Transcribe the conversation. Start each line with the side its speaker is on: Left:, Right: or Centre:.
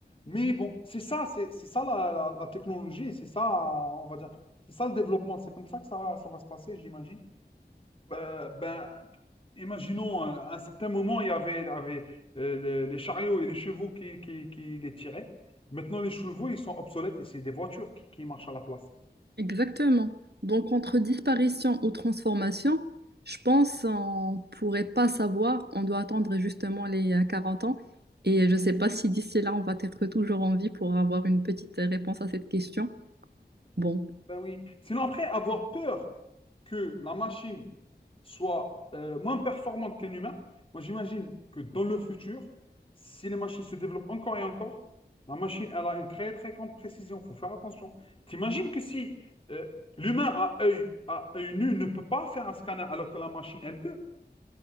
Left: Mais bon, c'est ça, c'est c'est ça la, la- la technologie, c'est ça, on va dire, c'est ça le développement. C'est comme ça que ça va, ça va se passer, j'imagine. Ben, ben, imaginons, euh, à un certain moment, il y avait, il y avait, euh, le- les chariots et les chevaux qui, qui, qui les tiraient. Maintenant, les chevaux, ils sont obsolètes et c'est des voitures qui, qui marchent à la place.
Right: Exactement. Donc, entre disparition ou transformation, je pense qu'on pourrait pas savoir. On doit attendre justement les euh, 40 ans. Et je ne sais pas si d'ici là, on va être toujours en vie pour avoir une petite réponse à cette question. Bon.
Left: Ben oui. Sinon, après, avoir peur que la machine soit euh, moins performante qu'un humain, moi j'imagine que dans le futur, si les machines se développent encore et encore, la machine, elle a une très très grande précision. Il faut faire attention. T'imagines que si euh, l'humain à œil, à œil nu ne peut pas faire un scanner alors que la machine, elle peut.